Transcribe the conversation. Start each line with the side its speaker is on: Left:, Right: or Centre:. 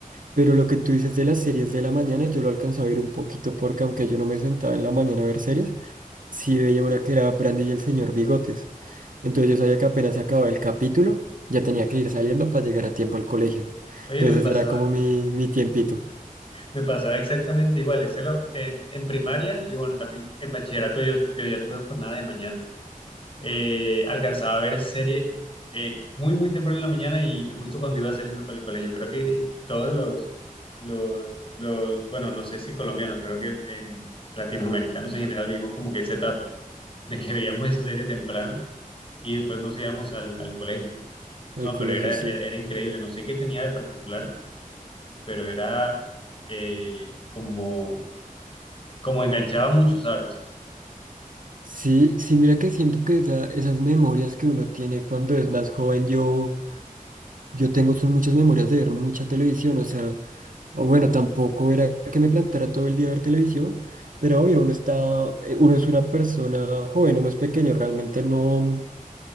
Right: Pero lo que tú dices de las series de la mañana, yo lo alcanzaba a ver un poquito porque aunque yo no me sentaba en la mañana a ver series, sí veía una que era Brandy y el señor Bigotes. Entonces yo sabía que apenas acababa el capítulo, ya tenía que ir saliendo para llegar a tiempo al colegio.
Left: Oye,
Right: Entonces
Left: me
Right: ese
Left: pasaba,
Right: era como mi, mi tiempito.
Left: me pasaba exactamente igual, ese lo- eh, en primaria y bueno, también en bachillerato yo, yo ya tuve jornada de mañana eh, alcanzaba a ver serie eh, muy, muy temprano en la mañana y justo cuando iba saliendo para el colegio. Creo que <laughs> todos los, los, los- bueno, no sé si colombianos, creo que en latinoamericanos en general vivimos como que esa etapa de que veíamos esa serie temprano y después nos íbamos al, al colegio.
Right: El
Left: No,
Right: colegio,
Left: pero era,
Right: sí.
Left: era, era increíble, no sé qué tenía de particular, pero era eh, como, como enganchaba mucho, ¿sabes?
Right: Sí, sí, mira que siento que esa- esas memorias que uno tiene cuando es más joven, yo, yo tengo son muchas memorias de ver mucha televisión, o sea, o bueno, tampoco era que me plantara todo el día a ver televisión, pero obvio, uno está, eh, uno es una persona joven, uno es pequeño, realmente no,